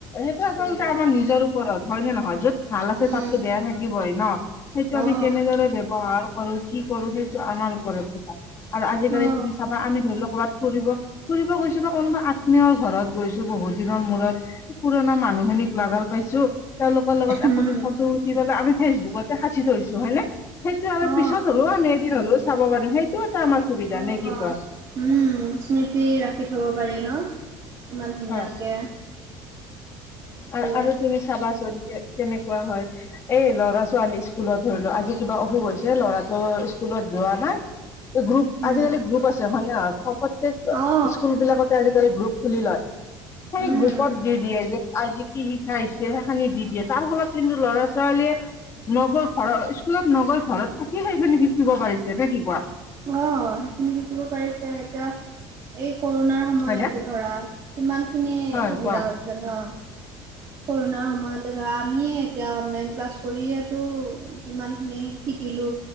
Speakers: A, on the left; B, on the right.
A: সেইটো
B: বস্তুবিলাক
A: আচলতে আমাৰ নিজৰ ওপৰত হয় নে নহয় য'ত ভাল আছে
B: উম
A: তাততো বেয়া থাকিবই ন' সেইটো আমি
B: অ
A: কেনেদৰে ব্যৱহাৰ কৰো কি কৰো সেইটো আমাৰ ওপৰত কথা আৰু আজিকালি
B: অ
A: তুমি চাবা আমি ধৰি লোৱা ক'ৰবাত ফুৰিব ফুৰিব গৈছো বা কোনোবা আত্মীয়ৰ ঘৰত গৈছো বহুত দিন মূৰত পুৰণা মানুহ খিনিক লগাগাল পাইছো তেওঁলোকৰ লগত একপি
B: উম
A: ফটো উঠি পেলাই আমি ফেচবুকতে সাঁচি থৈছো হয় নে সেইটো আমি
B: অ
A: পিছত হ'লেও আমি এদিন হ'লেও চাব পাৰিম সেইটো এটা আমাৰ সুবিধা
B: অ
A: নে কি কোৱা।
B: উম', স্মৃতি ৰাখি থব পাৰি ন'। ইমান ধুনীয়াকে
A: হয়।
B: সেইটোৱে
A: আৰু আৰু তুমি চাবাচোন কে কেনেকোৱা হয় এই লৰা ছোৱালী স্কুলত ধৰি লোৱা আজি কিবা অসুখ হৈছে লৰাটো স্কুলত যোৱা নাই এই গ্ৰুপ
B: উম
A: আজিকালি গ্ৰুপ আছে হয় নে নহয় প্ৰত্যেকে
B: অ
A: স্কুল বিলাকত আজিকালি গ্ৰুপ খুলি লয় সেই
B: উম
A: গ্ৰুপত দি দিয়ে যে আজি কি শিক্ষা আহিছে সেইখিনি দি দিয়ে তাৰ ফলত কিন্তু লৰা ছোৱালীয়ে নগল ঘৰৰ স্কুলত নগল ঘৰত থাকিয়ে সেইখিনি শিকিব পাৰিছে নে কি কোৱা
B: অ সেইখিনি শিকিব পাৰিছে এতিয়া এই কৰোণাৰ সময়তে
A: হয়নে
B: ধৰা ইমানখিনি
A: হয়
B: সুবিধা
A: কোৱা
B: হৈছে ন'। কৰোণাৰ সময়তে ধৰা আমিয়ে এতিয়া অনলাইন ক্লাছ কৰিয়েতো কিমান খিনি শিকিলো